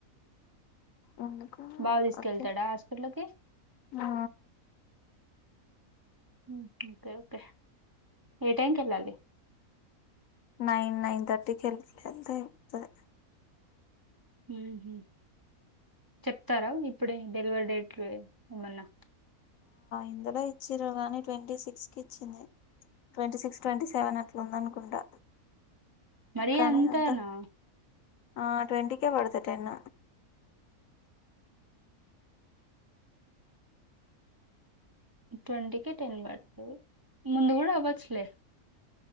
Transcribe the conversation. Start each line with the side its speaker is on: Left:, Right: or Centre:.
Left: ఎందుకా
Right: బావ తీసుకెళ్తాడా
Left: వచ్చే
Right: హాస్పిటల్కి
Left: ఆ
Right: హ ఒకే ఒకే ఏ టైంకి వెళాలి
Left: నైన్ నైన్ థర్టీకిళ్లే అంతా ఇతుంది
Right: హ చెప్తారా ఇప్పుడే డెలివరీ డేట్లు ఏమన్నా
Left: ఇందులో ఇచ్చిర కానీ ట్వంటీ సిక్స్కి ఇచ్చింది ట్వంటీ సిక్స్ ట్వంటీ సెవెన్ అట్లా ఉంద అనుకుంటా
Right: మర
Left: కానీ
Right: అంతా
Left: అంత
Right: నా
Left: ఆ ట్వెంటకే పడుతు టెన్
Right: ట్వంటీకి టెన్ పడుతది ముందు కూడా అవ్వచ్చలే